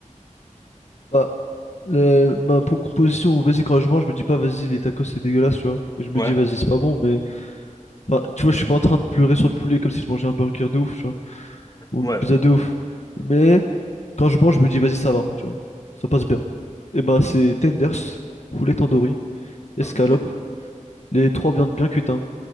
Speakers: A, on the left; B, on the left.
A: Bah, le- ma pour composition, vas-y, quand je mange, je me dis pas, vas-y, les tacos, c'est dégueulasse, tu vois. Je me
B: Ouais.
A: dis, vas-y, c'est pas bon, mais Enfin, tu vois, je suis pas en train de pleurer sur le poulet comme si je mangeais un burger de ouf, tu vois, ou
B: Ouais.
A: une pizza de ouf. Mais quand je mange, je me dis, vas-y, ça va, tu vois, ça passe bien. Et ben, c'est tenders, poulet tandoori, escalope,
B: Ah, Ok.
A: les trois viandes bien cuites, hein,